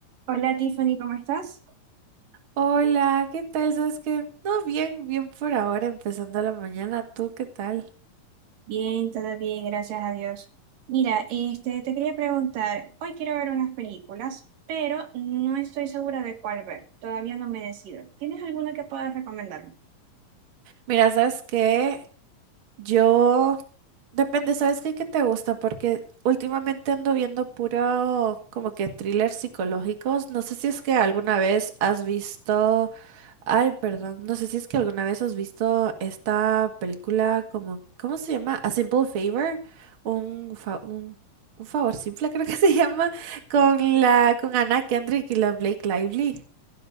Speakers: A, on the right; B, on the right.
A: Hola Tiffany, ¿cómo estás?
B: Hola, ¿qué tal? ¿Sabes qué? No, bien, bien por ahora, empezando la mañana. ¿Tú qué tal?
A: Bien, todo bien, gracias a Dios. Mira, este, te quería preguntar, hoy quiero ver unas películas, pero no estoy segura de cuál ver, todavía no me decido. ¿Tienes alguna que puedas recomendarme?
B: Mira, ¿sabes qué? Yo Depende, ¿sabes qué, qué te gusta? Porque últimamente ando viendo puro como que thrillers psicológicos. No sé si es que alguna vez has visto... Ay, perdón. No sé si es que alguna vez has visto esta película como... ¿Cómo se llama? A Simple Favor. Un, fa- un, un favor simple <laughs> creo que se llama. Con la, con Anna Kendrick y la Blake Lively.